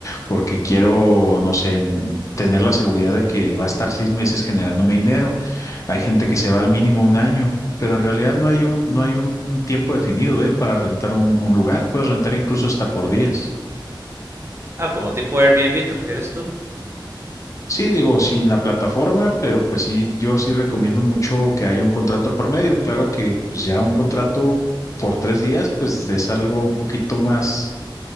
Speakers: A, on the left (about 40°); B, on the right (about 30°).
A: porque quiero, no sé, en- tener la seguridad de que va a estar seis meses generándome dinero. Hay gente que se va al mínimo un año, pero en realidad no hay un, no hay un un tiempo definido, ¿eh? para rentar un, un lugar. Puedes rentar incluso hasta por días.
B: Ah, como tipo Airbnb, ¿te refieres tú?
A: Sí, digo, sin la plataforma, pero pues sí, yo sí recomiendo mucho que haya un contrato por medio. Claro que pues ya un contrato por tres días, pues es algo un poquito más,